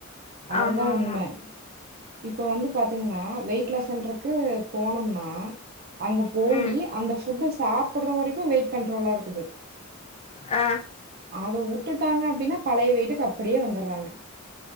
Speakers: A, on the right; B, on the left.
A: அதுதான்
B: ஆமா ஆமா
A: உண்ம இப்ப வந்து பாத்தீங்கன்னா வெயிட் லாஸ் சென்ட்ருக்கு போனோம்னா அங்க போயி
B: ம்
A: அந்த ஃபுட்டு சாப்புட்ற வரைக்கும் வெயிட் கண்ட்ரோலா இருக்குது
B: அ
A: அத உட்டுட்டாங்க அப்டின்னா பழைய வெயிட்டுக்கு அப்டியே வந்துட்றாங்க